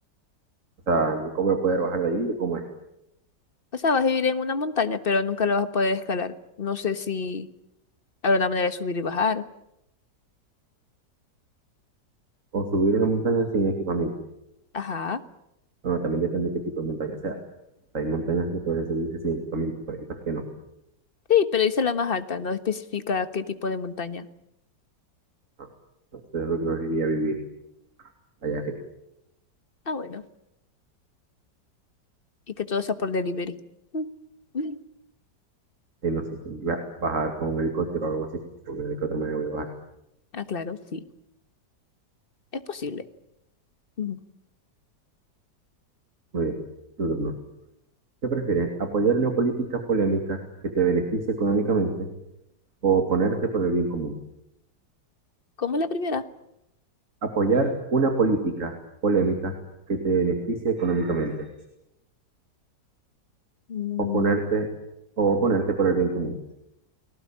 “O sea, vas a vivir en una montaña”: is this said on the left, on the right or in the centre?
Left